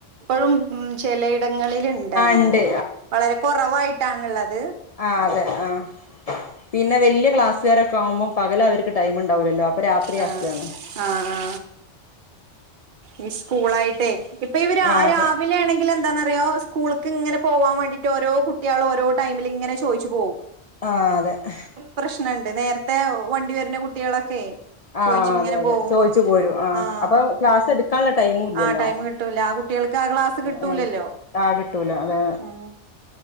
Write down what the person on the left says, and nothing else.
ഉണ്ട്
ആഹ് അതെ ആഹ് പിന്നെ വല്ല്യ ക്ലാസ്സുകാരൊക്കെ ആവുമ്പോ പകല അവർക്ക് ടൈം ഇണ്ടാവുലല്ലോ അപ്പൊ രാത്രിയാക്കാണ്
ആ അതെ
ആ അതെ ഹ്
ആഹ്
അതെ അതെ
ചോയ്ച്ച് പോരും ആ
അപ്പൊ ക്ലാസ് എടു കാള്ള ടൈമു ഇല്ലല്ലോ
ആ ആഹ് കിട്ടൂല അതെ